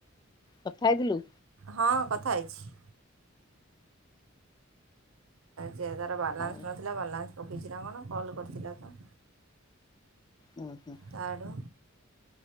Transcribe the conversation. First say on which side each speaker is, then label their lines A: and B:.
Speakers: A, on the left (about 20°); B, on the right (about 85°).
A: କଥା ହେଇଥିଲୁ?
B: ହଁ କଥା ହେଇଛି। ଯିଏ ତାର ବାଲାନ୍ସ
A: ଆଉ
B: ନଥିଲା, ବାଲାନ୍ସ ପକେଇଛି ନା କଣ? କଲ କରିଥିଲା ତ।
A: ହୁଁ, ହୁଁ।
B: ତା ଆଡୁ,